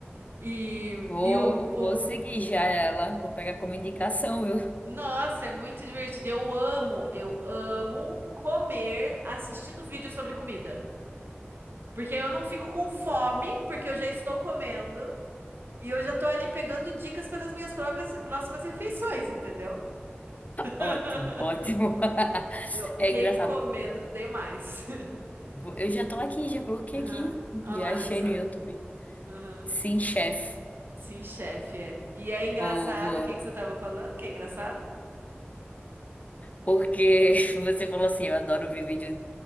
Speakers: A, on the right (about 60°); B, on the left (about 35°).
A: E,
B: Vou,
A: e o, o
B: vou seguir já ela, vou pegar como indicação, viu?
A: Nossa, é muito divertido. Eu amo, eu amo comer assistindo vídeo sobre comida. Porque eu não fico com fome, porque eu já estou comendo e eu já estou ali pegando dicas para as minhas próprias- próximas refeições, entendeu? <laughs>
B: Ótimo, ótimo. <laughs>
A: Eu
B: É
A: recomendo
B: engraçado.
A: demais. <laughs>
B: Vou- Eu já tô aqui, já coloquei
A: Aham,
B: aqui,
A: Olha
B: já achei
A: só.
B: no YouTube.
A: Aham.
B: Sim, chefe.
A: Sim, chefe, é. E é engraçado,
B: Vou, vou.
A: o que que você estava falando que é engraçado?
B: Porque <laughs> você falou assim, eu adoro ver vídeo,